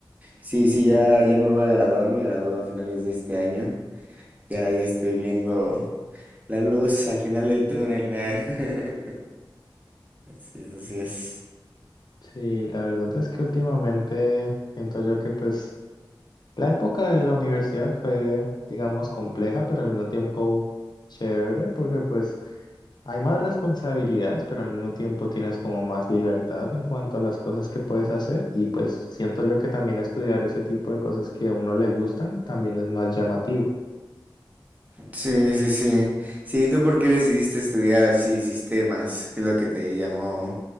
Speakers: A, on the right; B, on the left.
A: Sí, sí, ya, ya me voy a graduar, me gradúo a finales de este año. Ya, ya estoy viendo la luz al final del túnel. eh. <laughs> Sí, así es.
B: Sí, la verdad es que últimamente siento yo que pues la época de la universidad fue, digamos, compleja, pero al mismo tiempo chévere, porque pues Hay más responsabilidades, pero al mismo tiempo tienes como más libertad en cuanto a las cosas que puedes hacer y pues siento yo que también estudiar ese tipo de cosas que a uno le gustan también es más llamativo.
A: Sí, sí, sí. Sí, ¿tú por qué decidiste estudiar así sistemas? ¿Qué es lo que te llamó